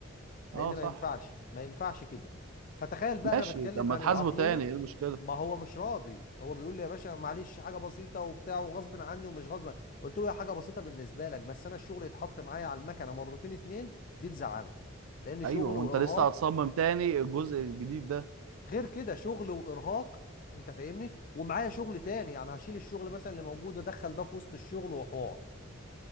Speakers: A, on the left; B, on the right.
A: لان
B: اه صح
A: ما ينفعش ما ينفعش كده فتخيل بقى
B: ماشي
A: انا بتكلم
B: طب ما
A: يعني
B: تحاسبه
A: العقلية
B: تاني ايه المشكلة
A: ما هو مش راضي هو بيقول لي يا باشا معلش حاجه بسيطه وبتاع وغصب عني ومش غصب قلت له يا حاجه بسيطه بالنسبه لك بس انا الشغل يتحط معايا على المكنه مرتين اتنين دي تزعلني لان شغل
B: ايوه وانت
A: وارهاق
B: لسه هتصمم تاني الجزء الجديد ده
A: غير كده شغل وارهاق انت فاهمني ومعايا شغل تاني يعني هشيل الشغل مثلا اللي موجود وادخل ده في وسط الشغل وحوار